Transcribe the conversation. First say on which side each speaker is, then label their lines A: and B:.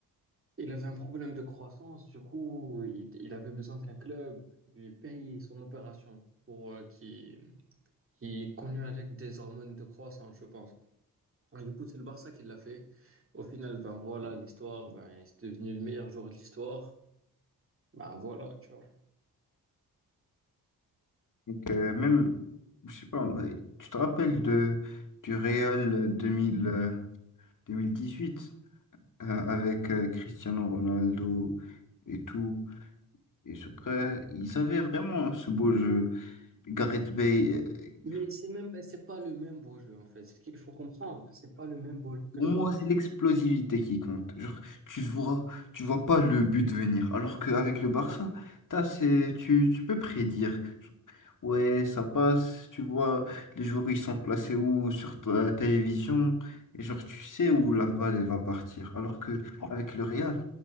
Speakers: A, on the right (about 35°); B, on the left (about 50°).
A: Il avait un problème de croissance, du coup, il, il avait besoin qu'un club lui paye son opération pour euh, qu'il qui est connu avec des hormones de croissance, je pense. Et du coup, c'est le Barça qui l'a fait. Au final, ben voilà, l'histoire, ben, c'est devenu le meilleur joueur de l'histoire. Ben voilà, tu vois.
B: Donc, euh, même, je sais pas, ouais, tu te rappelles de, du Real 2000, euh, 2018 euh, avec euh, Cristiano Ronaldo et tout. Et ce prêt, ils avaient vraiment ce beau jeu. Gareth Bale,
A: Mais
B: euh,
A: c'est même pas, c'est pas le même beau jeu, en fait. C'est ce qu'il faut comprendre. C'est pas le même beau jeu que
B: Pour
A: le
B: moi,
A: Barça.
B: c'est l'explosivité qui compte. Genre, tu vois, tu vois pas le but venir. Alors qu'avec le Barça, t'as, c'est, tu, tu peux prédire. Genre, Ouais, ça passe, tu vois, les joueurs ils sont placés où sur ta télévision. Et genre, tu sais où la balle elle va partir. Alors que avec le Real,